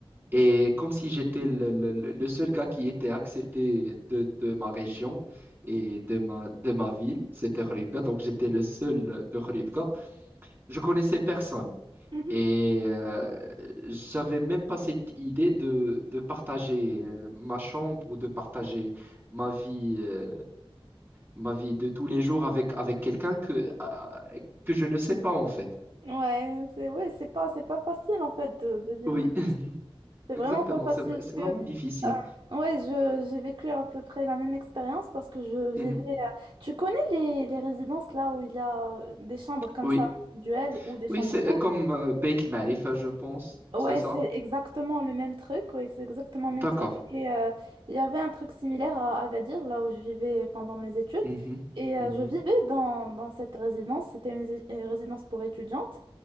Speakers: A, on the right (about 20°); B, on the right (about 55°).
A: Et comme si j'étais le, le- le- le seul gars qui était accepté de, de ma région et de ma, de ma ville, c'était Khouribga, donc j'étais le seul de Khouribga, je connaissais personne.
B: Mhm.
A: Et euh, j'avais même pas cette idée de, de partager euh, ma chambre ou de partager ma vie, euh, ma vie de tous les jours avec, avec quelqu'un que, ah, que je ne sais pas en fait.
B: Ouais, c'est ouais, c'est pas c'est pas facile en fait de, de vivre
A: Oui,
B: comme
A: <laughs>
B: ça. C'est
A: exactement,
B: vraiment pas facile
A: c'est,
B: parce
A: c'est vraiment
B: que
A: difficile.
B: euh, ouais, je j'ai vécu à peu près la même expérience parce que je vivais
A: Mhm.
B: euh, tu connais les, les résidences là où il y a euh, des chambres comme
A: Oui,
B: ça individuelles ou des chambres
A: oui, c'est
B: doubles?
A: euh, comme euh, Beit Marif, je pense,
B: Ouais,
A: c'est ça?
B: c'est exactement le même truc, ouais, c'est exactement le
A: D'accord.
B: même truc et euh, il y avait un truc similaire à Agadir là où je vivais pendant mes études
A: Mhm.
B: et euh,
A: Mhm.
B: je vivais dans dans cette résidence, c'était une une résidence pour étudiantes.